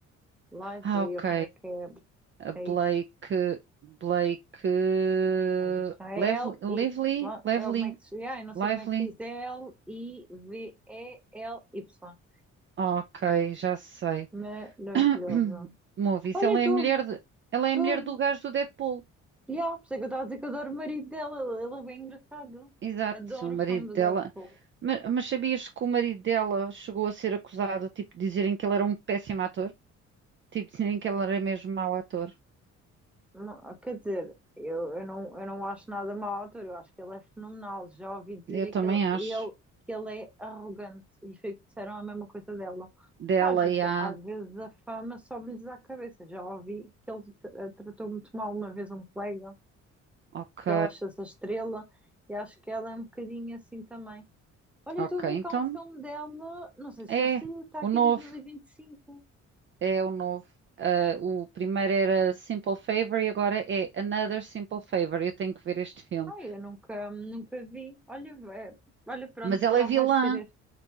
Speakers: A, in the centre; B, on the right.
A: Lively,
B: Ah, ok.
A: ou como é que é?
B: A Blake,
A: É isso.
B: Blake eh,
A: Deixa L-I.
B: Lev- Lively,
A: lá,
B: Lively,
A: É como é que se. Ah, eu não sei
B: Lively.
A: como é que se diz. É L-I-V-E-L-Y.
B: Ok, já sei.
A: Maravilhosa.
B: <coughs> <clears throat> Movies,
A: Olha,
B: ela
A: estou.
B: é a mulher de- ela
A: Estou.
B: é a mulher do gajo do Deadpool.
A: Já, por isso é que eu estava a dizer que eu adoro o marido dela. Ele é bem engraçado.
B: Exato,
A: Adoro
B: o marido
A: o filme do
B: dela.
A: Deadpool.
B: Ma- Mas, sabias que o marido dela chegou a ser acusado, tipo, de dizerem que ele era um péssimo ator? Tipo, dizerem que ele era mesmo mau ator.
A: Não, quer dizer, eu, eu, não, eu não acho nada mau ao ator eu acho que ele é fenomenal. Já ouvi dizer
B: Eu
A: é
B: também
A: que ele,
B: acho.
A: ele- que ele é arrogante e foi o que disseram a mesma coisa dela.
B: Dela
A: Pá, Às vezes,
B: e a.
A: às vezes a fama sobe-lhes à cabeça. Já ouvi que ele tra- eh, tratou muito mal uma vez um colega,
B: Ok,
A: que ela acha-se a estrela e acho que ela é um bocadinho assim também. Olha,
B: ok,
A: eu estou a ver
B: então
A: cá um filme dela, não sei se
B: é
A: já saiu, está
B: o
A: aqui
B: novo.
A: 2025.
B: É o novo. Ah, o primeiro era Simple Favor e agora é Another Simple Favor. Eu tenho que ver este filme.
A: Ai, eu nunca, nunca vi. Olha, é, olha, pronto,
B: Mas ela
A: já
B: é vilã.
A: vai ser este.